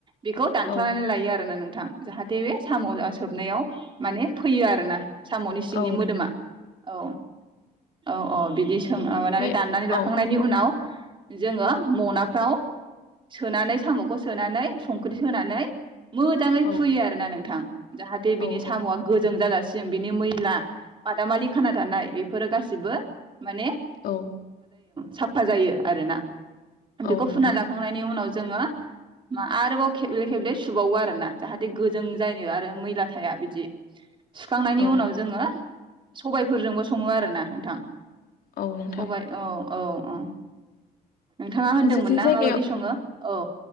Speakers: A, on the right; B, on the left.
A: बेखौ दानख्ल'नानै
B: औ
A: लायो आरोना नोंथां जाहाथे बे साम' सोबनायाव माने फैयो आरो ना साम'नि सिंनि
B: औ
A: मोदोमा
B: नों
A: औ। औ औ बिदि माबानानै
B: बे
A: दाननानै लाखांनायनि
B: औ
A: उनाव जोङो म'नाफ्राव सोनानै साम'खौ सोनानै संख्रि होनानै मोजाङै
B: औ
A: फुयो आरो ना नोंथां जाहाथे बिनि
B: औ
A: साम'आ
B: औ
A: गोजों जाजासिम बिनि मैला बादामालि खाना थानाय बेफोरो गासिबो म <unintelligible>
B: औ
A: साफा जायो आरोना बेखौ
B: औ नोंथां
A: फुना लाखांनायनि उनाव जोङो मा आरोबाव खेबले खेबले सुबावो आरोना जाहाथे गोजों जायो आरो मैला थाया बिदि सुखांनायनि
B: औ
A: उनाव जोङो सबायफोरजोंबो सङो आरोना नों थां
B: औ नोंथां
A: सबाय औ औ अ नोंथाङा होन्दोंमोन
B: नोंसोरनि
A: ना
B: जायगायाव
A: माबायदि सङो औ